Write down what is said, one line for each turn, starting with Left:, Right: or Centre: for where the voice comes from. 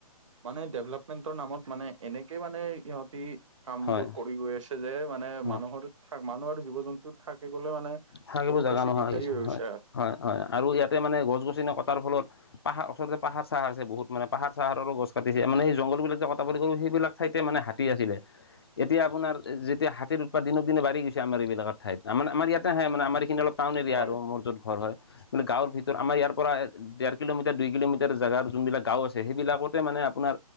Right: মানে ডেভেলপমেন্টৰ নামত মানে এনেকে মানে সিহঁতি কাম
Left: হয়
Right: বোৰ কৰি গৈ আছে। যে মানে মানুহৰ
Left: অ
Right: থ মানুহ আৰু জীৱ জন্তুত থাকিবলৈ মানে।
Left: থাকিব
Right: বহুত
Left: জাগা
Right: বেছি
Left: নোহোৱা
Right: দিগদাৰী হৈ গৈছে,
Left: হয়। হয় হয় আৰু ইয়াতে মানে গছ গছনি কটাৰ ফলত। পাহাৰ আচলতে পাহাৰ চাহাৰ আ বহুত মানে পাহাৰ চাহাৰৰো গছ কাটিছে মানেই জংলাক যে কটা বুলি কলো সেইবিলাক। ঠাইতে মানে হাতী আছিলে।
Right: <inaudible>
Left: এতিয়া আপোনাৰতিয়া হাতীৰ উপাত দিনক দিনে বাঢ়ি গৈছেমাৰ এইবিলাক ত আমাৰ আমাৰ ইয়াতে আহে মানে আমাৰ এখিনি অলপ, টাউন এৰিয়া
Right: হয়
Left: আৰু মোৰ য'ত ঘৰ হয় মানে গাঁৱৰ ভিতৰত আমাৰ ইয়াৰ পৰা, ডেৰ কিলোমিটাৰ দুই কিলোমিটাৰ জেগাৰ যোনবিলাক গাঁও আছে সেইবিলাকতে মানে আপোনাৰ।